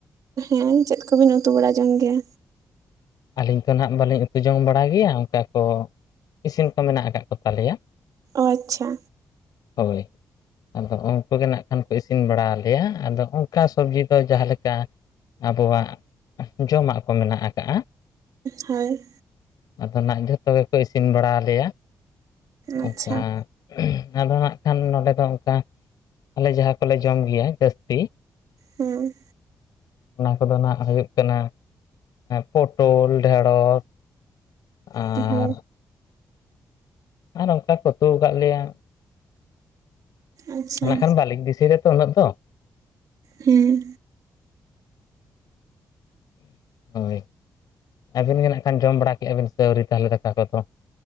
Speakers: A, on the right; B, on the left.
A: ᱦᱮᱸ ᱪᱮᱫ ᱠᱚᱵᱤᱱ ᱩᱛᱩ ᱵᱟᱲᱟ ᱡᱚᱝ ᱜᱮᱭᱟ?
B: ᱟᱹᱞᱤᱧ ᱛᱚ ᱱᱟᱸᱜ ᱵᱟᱹᱞᱤᱧ ᱩᱛᱩ ᱡᱚᱝ ᱵᱟᱲᱟ ᱜᱮᱭᱟ ᱚᱱᱠᱟ ᱠᱚ ᱤᱥᱤᱱ ᱠᱚ ᱢᱮᱱᱟᱜ ᱠᱟᱫ ᱠᱚᱛᱟᱞᱮᱭᱟ᱾
A: ᱚ ᱟᱪᱪᱷᱟ᱾
B: ᱦᱚᱭ᱾ ᱟᱫᱚ ᱩᱱᱠᱩ ᱜᱮ ᱱᱟᱜᱠᱷᱟᱱ ᱠᱚ ᱤᱥᱤᱱ ᱵᱟᱲᱟ ᱟᱞᱮᱭᱟ ᱟᱫᱚ ᱚᱱᱠᱟ ᱥᱚᱵᱡᱤ ᱠᱚ ᱡᱟᱦᱟᱸ ᱞᱮᱠᱟ ᱟᱵᱚᱣᱟᱜ ᱡᱚᱢᱟᱜ ᱠᱚ ᱢᱮᱱᱟᱜ ᱠᱟᱜᱼᱟ,
A: ᱦᱚᱭ᱾
B: ᱟᱫᱚ ᱱᱟᱸᱜ ᱡᱷᱚᱛᱚ ᱜᱮᱠᱚ ᱤᱥᱤᱱ ᱵᱟᱲᱟ ᱟᱞᱮᱭᱟ᱾ ᱚᱱᱠᱟ
A: ᱟᱪᱪᱷᱟ᱾
B: ᱟᱫᱚ ᱦᱟᱸᱜ ᱠᱷᱟᱱ ᱱᱚᱰᱮ ᱫᱚ ᱚᱝᱠᱟ ᱟᱞᱮ ᱡᱟᱦᱟᱸ ᱠᱚᱞᱮ ᱡᱚᱢ ᱜᱮᱭᱟ ᱡᱟᱹᱥᱛᱤ
A: ᱦᱩᱸ᱾
B: ᱚᱱᱟ ᱠᱚᱫᱚ ᱱᱟᱸᱜ ᱦᱩᱭᱩᱜ ᱠᱟᱱᱟ ᱯᱚᱴᱳᱞ ᱰᱷᱮᱸᱲᱚᱥ ᱟᱨ
A: ᱦᱮᱸ᱾
B: ᱟᱨ ᱚᱱᱠᱟ ᱠᱚ ᱩᱛᱩ ᱠᱟᱜ ᱞᱮᱭᱟ
A: ᱟᱪᱪᱷᱟ
B: ᱱᱟᱜ ᱠᱷᱟᱱ ᱵᱟᱞᱤᱧ‌ ᱫᱤᱥᱟᱹᱭ ᱫᱟ ᱛᱚ ᱩᱱᱟᱹᱜ ᱫᱚ᱾
A: ᱦᱮᱸ᱾
B: ᱦᱳᱭ ᱟᱵᱤᱱ ᱜᱮ ᱱᱟᱜ ᱠᱷᱟᱱ ᱡᱚᱢ ᱵᱟᱲᱟ ᱠᱮᱜᱼᱟ ᱵᱤᱱ ᱥᱮ ᱟᱹᱣᱨᱤ ᱛᱟᱦᱚᱞᱮ ᱫᱟᱠᱟ ᱠᱚᱫᱚ?